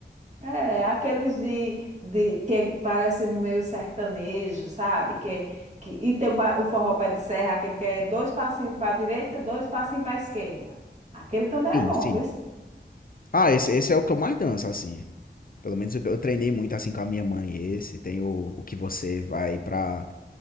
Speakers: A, on the right (about 40°); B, on the left (about 50°).
A: É, é aqueles de, de que parece meio sertanejo, sabe? Que, que, e tem o, pa- o forró pé de serra, aquele que é dois passinhos para a direita, dois passinhos para a esquerda. Aquele também
B: Sim,
A: é bom,
B: sim.
A: viu?
B: Ah, esse, esse é o que eu mais danço, assim. Pelo menos eu, eu treinei muito assim com a minha mãe. Esse tem o, o que você vai pra.